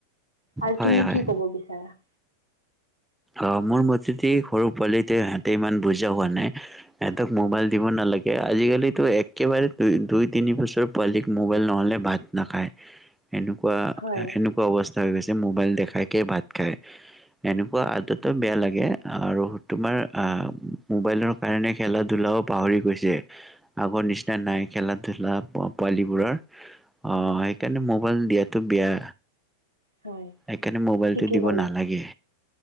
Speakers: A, on the right; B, in the centre.
A: আৰু
B: হয়,
A: তুমি
B: হয়,
A: কি কব বিচাৰা?
B: অ মোৰ মতেদি সৰু পোৱালিটো ইহঁতে ইমান বুজা হোৱা নাই সিহঁতক মোবাইল দিব নালাগে আজিকালিতো একেবাৰে দুই দুই তিনি বছৰ পোৱালী মোবাইল নহলে ভাত নাখায়। এনেকুৱা
A: হয়
B: এনেকুৱা অৱস্থা হৈ গৈছে। যে মোবাইল দেখায় কে ভাত খায় এনে আদত বেয়া লাগে আৰু তোমাৰ আহ মোবাইলৰ কাৰণে খেলা ধুলাও পাহৰি গৈছে আগৰ নিচিনা নাই খেলা ধুলা পোৱালীবোৰৰ অহ সেইকাৰণে মোবাইল দিয়টো বেয়া।
A: হয়
B: সেইকাৰণে মোবাইলটো
A: ঠিকেই
B: দিব
A: ক'লা
B: নালাগে।